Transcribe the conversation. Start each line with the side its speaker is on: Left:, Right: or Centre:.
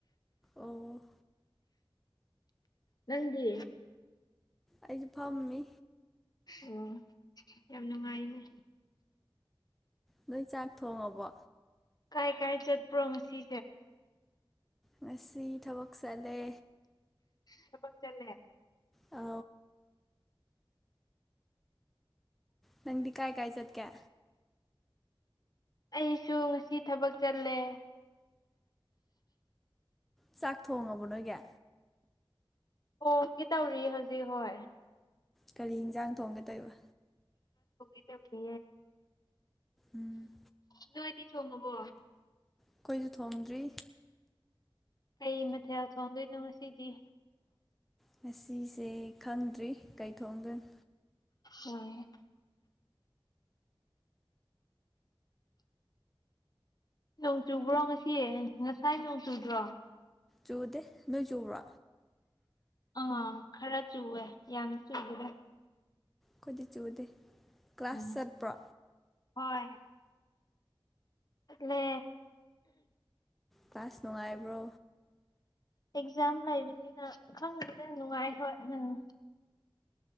Centre: ꯑꯣ
Left: ꯅꯪꯗꯤ
Centre: ꯑꯩꯁꯨ ꯐꯝꯃꯤ
Left: ꯑꯣ ꯌꯥꯝ ꯅꯨꯡꯉꯥꯏꯅꯦ
Centre: ꯅꯣꯏ ꯆꯥꯛ ꯊꯣꯡꯉꯕꯣ
Left: ꯀꯥꯏ ꯀꯥꯏ ꯆꯠꯄ꯭ꯔꯣ ꯉꯁꯦ
Centre: ꯃꯁꯤꯁꯤ ꯊꯕꯛ ꯁꯠꯂꯦ
Left: ꯆꯃꯛ ꯆꯂꯦ
Centre: ꯑ ꯅꯪꯗꯤ ꯀꯥꯏ ꯀꯥꯏ ꯆꯠ ꯀꯦ
Left: ꯑꯩꯁꯨ ꯉꯁꯤ ꯊꯕꯛ ꯆꯜꯂꯦ
Centre: ꯆꯥꯛ ꯊꯣꯡꯉꯕ ꯅꯣꯏꯒ
Left: ꯍꯣꯡꯒꯤ ꯇꯧꯔꯤ ꯍꯧꯖꯤꯛ ꯍꯣꯏ
Centre: ꯀꯔꯤ ꯌꯦꯟꯖꯥꯡ ꯊꯣꯡꯒꯗꯣꯏꯕ
Left: ꯄꯨꯒꯗ ꯐꯦ
Centre: ꯎꯝ
Left: ꯅ ꯑꯣꯏꯗꯤ ꯊꯣꯡꯉꯕꯣ
Centre: ꯑꯩꯈꯣꯏꯁꯨ ꯊꯣꯡꯗ꯭ꯔꯤ
Left: ꯀꯩ ꯃꯊꯦꯜ ꯊꯣꯡꯗꯣꯏꯅꯣ ꯉꯁꯤꯗꯤ
Centre: ꯉꯁꯤꯁꯦ ꯈꯪꯗ꯭ꯔꯤ ꯀꯩꯊꯣꯡꯗꯣꯏꯅ
Left: ꯎꯝ ꯅꯣꯡ ꯆꯨꯕ꯭ꯔꯣ ꯉꯁꯤ ꯉꯁꯥꯏ ꯅꯣꯡ ꯆꯨꯗ꯭ꯔꯣ
Centre: ꯆꯨꯗꯦ ꯅꯣꯏ ꯆꯨꯕꯣ
Left: ꯑꯥ ꯈꯔ ꯆꯨꯋꯦ ꯌꯥꯝ ꯆꯨꯕꯅꯦ
Centre: ꯀꯣꯏꯗꯤ ꯆꯨꯗꯦ ꯀ꯭ꯂꯥꯁ
Left: ꯎꯝ
Centre: ꯆꯠꯄ꯭ꯔꯣ
Left: ꯍꯣꯏ ꯂ
Centre: ꯀ꯭ꯂꯥꯁ ꯅꯨꯡꯉꯥꯏꯕ꯭ꯔꯣ
Left: ꯑꯦꯛꯖꯥꯝ ꯂꯩꯕꯅꯤꯅ ꯈꯪꯕꯗ ꯅꯨꯡꯉꯥꯏ ꯍꯣꯏ ꯎꯝ